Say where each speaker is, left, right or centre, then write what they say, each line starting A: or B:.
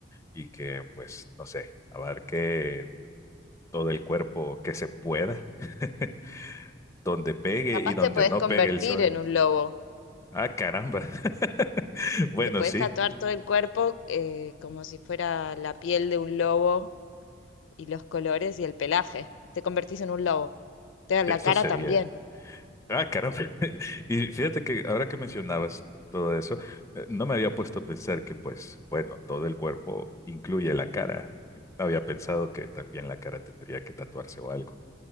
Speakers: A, on the left; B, on the left.
A: y que pues, no sé, abarque todo el cuerpo que se pueda, <laughs> donde pegue
B: Capaz
A: y donde
B: te podés
A: no pegue
B: convertir
A: el sol.
B: en un lobo.
A: Ah, caramba. <laughs> Bueno,
B: Te podés
A: sí,
B: tatuar todo el cuerpo eh, como si fuera la piel de un lobo y los colores y el pelaje. Te convertís en un lobo. Te da
A: eso
B: la cara
A: sería.
B: también.
A: Ah, caramba. <laughs> Y fíjate que ahora que mencionabas todo eso, eh, no me había puesto a pensar que, pues, bueno, todo el cuerpo incluye la cara. No había pensado que también la cara tendría que tatuarse o algo.